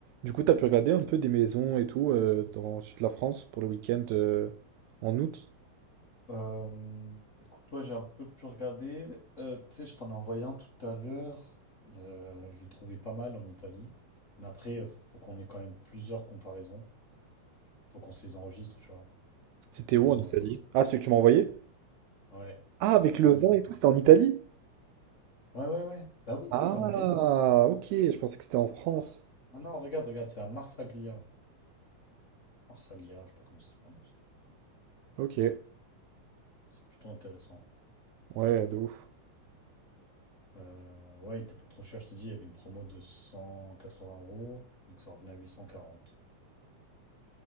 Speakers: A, on the right; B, on the left.
A: Du coup, t'as pu regarder un peu des maisons et tout euh, dans le sud de la France pour le week-end euh, en août?
B: Euh, écoute, ouais, j'ai un peu pu regarder. Euh, tu sais, je t'en ai envoyé un tout à l'heure. Euh, je le trouvais pas mal en Italie. Mais après, euh, faut qu'on ait quand même plusieurs comparaisons. Il faut qu'on se les enregistre, tu vois.
A: C'était où
B: Euh,
A: en Italie? Ah, celui que tu m'as envoyé?
B: ouais,
A: Ah, avec
B: Marseille.
A: le vin et tout, c'était en Italie?
B: Ouais, ouais, ouais. Bah oui,
A: Ah,
B: ça c'est en Italie.
A: ok, je pensais que c'était en France.
B: Ah non, regarde, regarde, c'est à Marsaglia. Marsaglia, je sais pas comment ça se prononce.
A: Ok,
B: C'est plutôt intéressant.
A: ouais, de ouf.
B: Euh, ouais, il était pas trop cher, je t'ai dit, il y avait une promo de 180 euros. Donc ça revenait à huit cent quarante